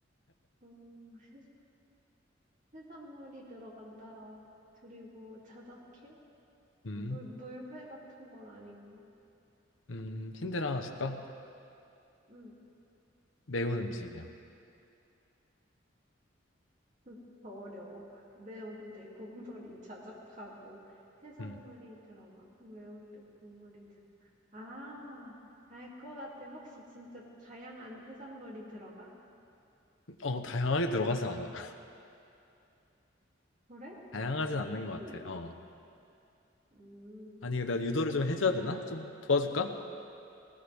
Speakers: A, on the right; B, on the left.
A: 음, 해- 해산물이 들어간다라. 그리고 자작해?
B: 음,
A: 물, 물회 같은 건 아닌가?
B: 음. 힌트 하나 줄까?
A: 응,
B: 매운 음식이야.
A: 응, 더 어려워. 매운데 국물이 자작하고 해산물이
B: 음.
A: 들어가? 매운데 국물이 자작. 아, 알 것 같아. 혹시 진짜 다양한 해산물이 들어가?
B: 어, 다양하게 들어가진 않아. <laughs>
A: 그래?
B: 다양하진 않는 것
A: 응.
B: 같아. 어.
A: 음,
B: 아니, 내가 유도를
A: 혹시
B: 좀 해줘야
A: 다,
B: 되나? 좀 도와줄까?